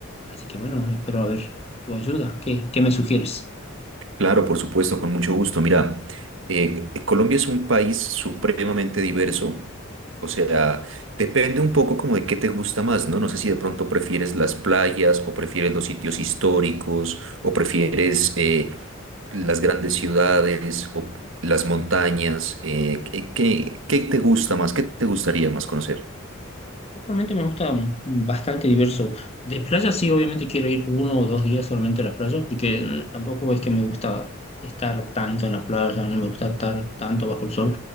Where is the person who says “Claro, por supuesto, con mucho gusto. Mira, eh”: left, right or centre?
Right